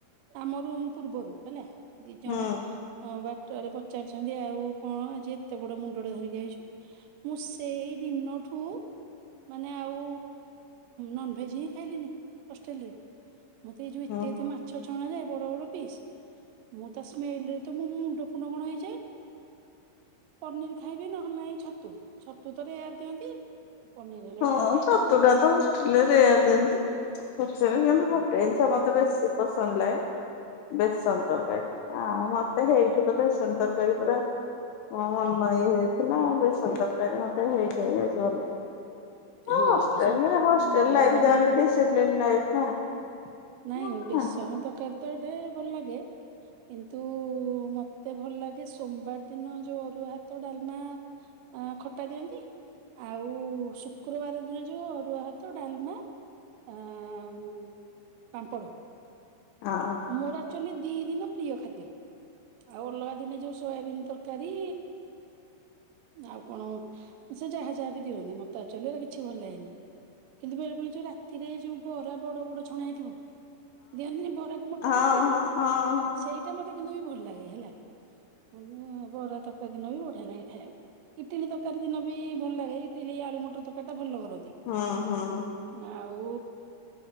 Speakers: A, on the right (about 80°); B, on the left (about 80°).
A: ଆମ ରୁମ୍ ପୂର୍ବରୁ ହେଲା ଦି ଜଣ
B: ହୁଁ
A: ବାଟରେ ପଚାରିଛନ୍ତି ଆଉ କଣ ଆଜି ଏତେ ବଡ ମୁଣ୍ଡ ଟେ ଧରିକି ଆଇଛୁ ମୁଁ ସେଇ ଦିନ ଠୁ ମାନେ ଆଉ ନନ୍ ଭେଜ୍ ହିଁ ଖାଇଲିନି ହଷ୍ଟେଲ ରେ। ମତେ ଏ ଯୋଉ ଏତେ
B: ହୁଁ।
A: ଏତେ ମା ଛ ଛଣା ଯାଏ ବଡ ବଡ ପିସ୍ ମୁଁ ତା ସ୍ମେଲ ରେ ତ ମୋ ମୁଣ୍ଡ ଫୁଣ୍ଡ କଣ ହେଇଯାଏ। ପନିର୍ ଖାଇବି ନ ହେଲେ ନାଇଁ ଛତୁ ଛତୁ ତ ରେୟାର୍ ଦିଅନ୍ତି। ପନିର ହେଲେ
B: ହଁ,
A: ଟିକେ ଖାଇଦେ
B: ଛତୁଟା
A: ଆଉ
B: ତ ହଷ୍ଟେଲ ରେ ରେୟାର୍ ଦିଅନ୍ତି, ପଛ ରେ କିନ୍ତୁ
A: ହଁ
B: ଗେଟେଯିନି ତ ମତେ ବେଶୀ ପସନ୍ଦ ଲାଗେ। ବେସନ ତରକାରୀ ଆ ମତେ ହେଇଠୁ ତ ବେସନ ତରକାରୀ ପୁରା ମୋ ମନ ଇଏ ହେଇଯାଇଥିଲା ଆଉ ବେସନ ତରକାରୀ ମତେ ହେଇଥି ପାଇ ବେଶି ଭଲ ଲଗେ। ଅ
A: ହଁ
B: ହଷ୍ଟେଲ
A: ଅବଶ୍ୟ
B: ରେ ହଷ୍ଟେଲ
A: ଉଁ
B: ଲାଇଫ୍
A: ମାନେ
B: ଜହା ହେଲେ ବି ଡିସିପ୍ଲିନ ଲାଇଫି ନା।
A: ନାଇଁ
B: ହଁ
A: ବେସନ
B: ହଁ
A: ତରକାରୀ ତ ଏଇଠି ଭଲ ଲାଗେ। କିନ୍ତୁ ମତେ ଭଲ ଲାଗେ ସୋମବାର ଦିନ ଯୋଉ ଅରୁଆ ଭାତ ଡାଲମା ଆ ଖଟା ଦିଅନ୍ତି। ଆଉ ଶୁକ୍ରବାର ଦିନ ଯୋଉ ଅରୁଆ ଭାତ ଡାଲମା ଆ, ହୁଁ। ପାମ୍ପଡ଼।
B: ଆ
A: ମୋର ଆକ୍ଚୁଆଲି ଦିଇ ଦିନ ପ୍ରିୟ ଖାଦ୍ୟ। ଆଉ ଅଲଗା ଦିନେ ଯୋଉ ସୋୟାବିନ ତରକାରୀ ଆଉ କଣ ସେ ଯାହା ଯାହା ବି ଦିଅନ୍ତି ମତେ ଆଚ୍ୟୁଅଲି ଏରା କିଛି ଭଲ ଲାଗେନି। କିନ୍ତୁ ବେଳେ ବେଳେ ଯୋଉ ରାତିରେ ଯୋଉ ବରା ବଡ ବଡ ଛଣା ହେଇଥିବ। ଦିଅନ୍ତି ନି ବରା କୁ ମଟର
B: ହଁ
A: ତରକାରୀ
B: ହଁ ହଁ।
A: ସେଇଟା ମତେ କିନ୍ତୁ ବି ଭଲ ଲାଗେ ହେଲା। ମତେ ବରା ତରକାରୀ ଦିନ ବି ବଢିଆ ଲାଗେ ଖାଈବାକୁ। ଇଟିଲି ତରକାରୀ ଦିନ ବି ଭଲ ଲାଗେ ଇଟିଲି ଆଳୁ ମଟର ତରକାରୀ ଟା ଭଲ କରନ୍ତି।
B: ହଁ, ହଁ।
A: ଆଉ